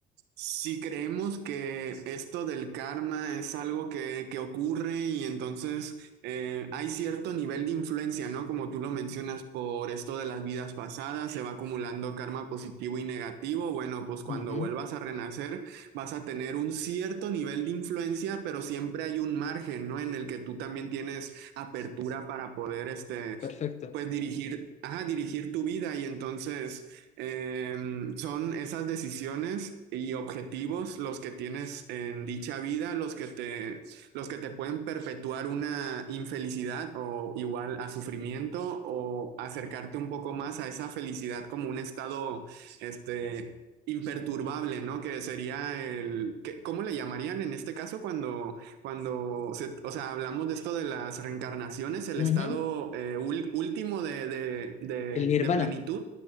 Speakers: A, on the right (about 80°); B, on the left (about 40°).
A: Si creemos que esto del karma es algo que, que ocurre y entonces eh, hay cierto nivel de influencia, ¿no? Como tú lo mencionas por esto de las vidas pasadas, se va acumulando karma positivo y negativo. Bueno, pues cuando
B: Ujú,
A: vuelvas a renacer vas a tener un cierto nivel de influencia, pero siempre hay un margen, ¿no? En el que tú también tienes apertura para poder, este,
B: perfecto.
A: pues dirigir, ajá, dirigir tu vida y entonces... Em, son esas decisiones y objetivos los que tienes en dicha vida, los que te, los que te pueden perpetuar una infelicidad o igual a sufrimiento o acercarte un poco más a esa felicidad como un estado, este, imperturbable, ¿no? Que sería el, que- ¿cómo le llamarían en este caso cuando, cuando se- o sea, hablamos de esto de las reencarnaciones, el
B: Ujú.
A: estado eh, ul- último de, de, de
B: El nirvana,
A: de plenitud?